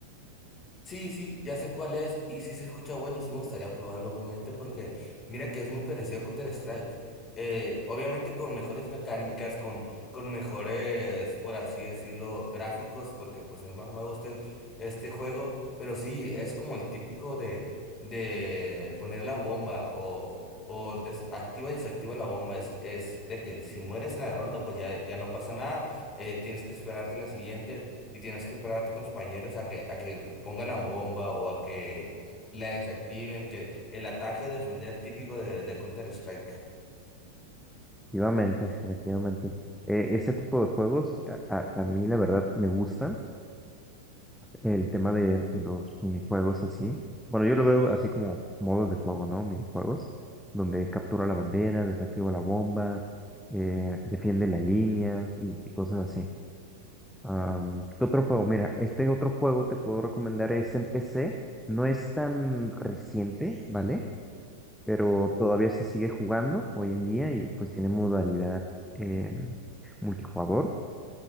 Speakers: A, on the left; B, in the centre.
A: Sí, sí, ya sé cuál es y sí se escucha bueno, sí me gustaría probarlo obviamente porque mira que es muy parecido a Counter-Strike. Eh, obviamente con mejores mecánicas, con, con mejores, por así decirlo, gráficos, porque pues es más nuevo este, este juego, pero sí, es como el típico de, de poner la bomba o, o des- activa y desactiva la bomba. Es, es de que si mueres en la ronda pues ya, ya no pasa nada, eh, tienes que esperarte la siguiente y tienes que esperar a tus compañeros a que, a que pongan la bomba o a que la desactiven, que el ataque o defender típico de, de Counter-Strike.
B: Efectivamente, efectivamente. Eh, ese tipo de juegos a, a- a mí, la verdad, me gustan. el tema de, de los minijuegos así. Bueno, yo lo veo así como modos de juego, ¿no? Minijuegos, donde captura la bandera, desactiva la bomba, eh, defiende la línea y, y cosas así. Am, ¿qué otro juego? Mira, este otro juego te puedo recomendar es en PC. No es tan reciente, ¿vale? Pero todavía se sigue jugando hoy en día y pues tiene modalidad eh, multijugador.